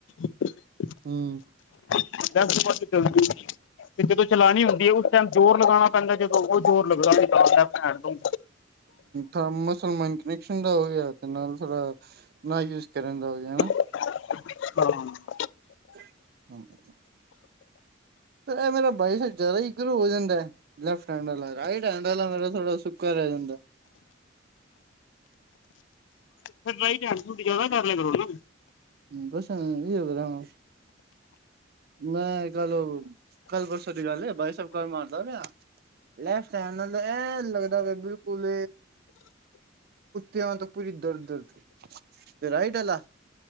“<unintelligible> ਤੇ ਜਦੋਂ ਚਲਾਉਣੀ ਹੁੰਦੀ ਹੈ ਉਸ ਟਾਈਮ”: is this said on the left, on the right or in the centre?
Left